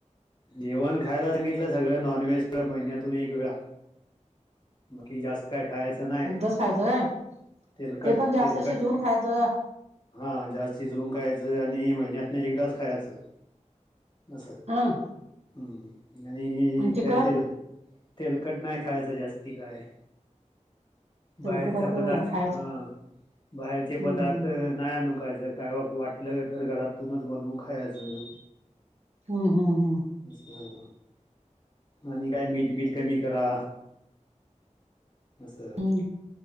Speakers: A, on the left; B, on the right.
A: जेवण खायला सांगितलं सगळं नॉनव्हेज महिन्यातून एक वेळा बाकी जास्त काय खायचं नाय.
B: <unintelligible> खायच व्हय.
A: तेलकट
B: ते पण जास्त
A: तेलकट
B: शिजवून खायचं
A: हा जास्ती शिजऊन खायचं आणि महिन्यातन एकदाच खायचं अस.
B: हां.
A: हम् आणि
B: चिकन
A: काय तेल तेलकट नाही खायचं जास्ती काय
B: तेलकटात
A: बाहेरचा पदार्थ
B: खायचं
A: हा बाहेरचे
B: हम्म
A: पदार्थ नाय आणून खायचं काय वाटलं तर घरातूनच बनवून खायाचं.
B: हुं, हुं, हुं.
A: मिसळ आणि काय मीठ बीठ कमी करा आसं
B: हम्म